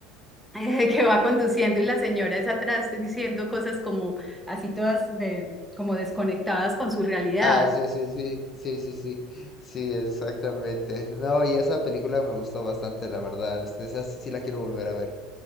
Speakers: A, in the centre; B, on the left.
A: <laughs> eh, que va conduciendo y la señora es atrás diciendo cosas como así todas de, como desconectadas con su realidad.
B: Ah, sí, sí, sí, sí, sí, sí, sí, exactamente. No, y esa película me gustó bastante, la verdad. Este, Esa sí sí la quiero volver a ver.